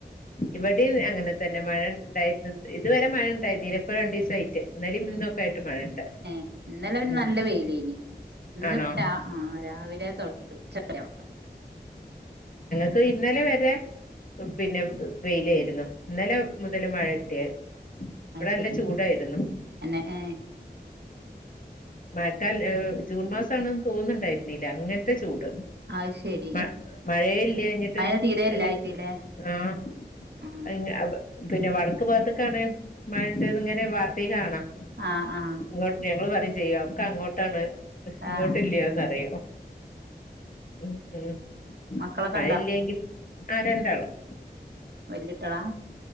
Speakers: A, on the left; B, on the right.
A: ഇവിടേം അങ്ങനെ തന്നെ മഴ ഉണ്ടായി ഇതുവരെ മഴ ഉണ്ടായിരുന്നു ഇപ്പോ രണ്ടീസായിട്ട് എന്നാലും ഇന്നൊക്കെ മഴണ്ട്
B: ഉം ഇന്നലെ പിന്നെ
A: ഉം
B: നല്ല വെയിലേ നെ ഇന്ന്
A: ആണോ
B: ആ രാവിലെ <unintelligible> തുൊടങ്ങിട്ട് ഉച്ചഴ
A: പ്പ ഇന്നലെ വരെ പിന്നെ വെയിലാ രുന്നു ഇന്നലെ മുതലെ മഴ ഇവിടെ
B: അത്
A: നല്ല
B: ശരി
A: ചൂടായിരുന്നു
B: തന്നെ ഏഹ്
A: മാറ്റാൽ ജൂൺ മാസാണെന്ന് തോന്നുന്നുണ്ടായിരുന്നില്ല അങ്ങനത്തെ ചൂട്
B: അത് ശരി
A: മ മഴേല്ലാഞ്ഞിട്ടെ
B: മഴ തീരെ
A: അര
B: ഇല്ലായിട്ടില്ലേ
A: ആ <inaudible>
B: ഉം
A: പിന്നെ വടക്ക് ഭാഗത്തക്കണെ മഴയിണ്ടന്ന ഇങ്ങനെ വാർത്തലേ കാണാം
B: ആഹ് ആഹ്
A: ഇങ്ങോട്ട് ഞങ്ങള് പറയും ചെയ്യാം ഒക്കെ അങ്ങോട്ടാണ് ഇങ്ങോട്ട്
B: ആഹ്
A: ഇല്ലന്ന് പറയും ഉം ഉം
B: മക്കളൊക്കെ
A: മഴയില്ലെങ്കിൽ ആ രണ്ടാളും
B: വല്ലി കുട്ടികളാ